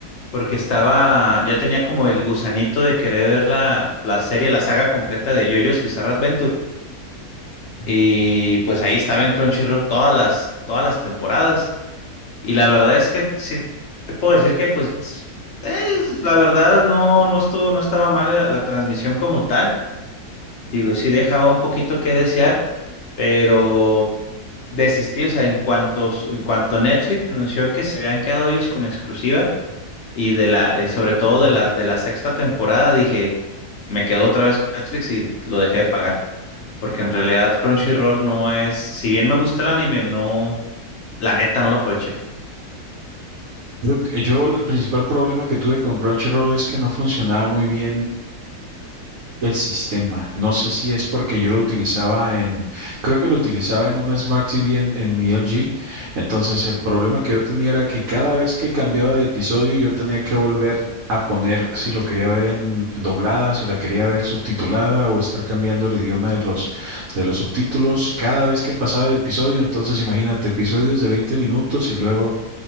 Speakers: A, on the left (about 60°); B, on the right (about 65°).
A: porque estaba, ya tenía como el gusanito de querer ver la, la serie, la saga completa de JoJo's Bizarre Adventure. Y pues ahí estaba en Crunchyroll todas las, todas las temporadas. Y la verdad es que sí te puedo decir que pues es, la verdad no, no estuvo, no estaba mal la, la transmisión como tal. Digo, sí dejaba un poquito que desear, pero desistí, o sea, en cuanto, su- en cuanto Netflix anunció que se habían quedado ellos con la exclusiva y de la, y sobre todo de las de la sexta temporada, dije, me quedo otra vez con Netflix y lo dejé de pagar, porque en realidad Crunchyroll no es, si bien me gusta el anime, no, la neta no lo aproveché.
B: Creo que- Yo el principal problema que tuve con Crunchyroll es que no funcionaba muy bien El sistema, no sé si es porque yo lo utilizaba en, creo que lo utilizaba en una Smart TV en, en mi LG, entonces el problema que yo tenía era que cada vez que cambiaba de episodio yo tenía que volver a poner si lo quería ver en doblada, si la quería ver subtitulada o estar cambiando el idioma de los de los subtítulos cada vez que pasaba de episodio, entonces imagínate episodios de 20 minutos y luego